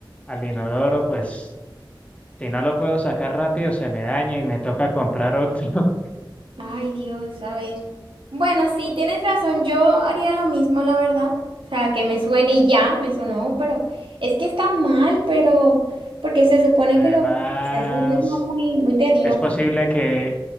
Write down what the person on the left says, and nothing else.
al inodoro, pues Si no lo puedo sacar rápido, se me daña y me toca comprar otro. <laughs>
Además,
es posible que,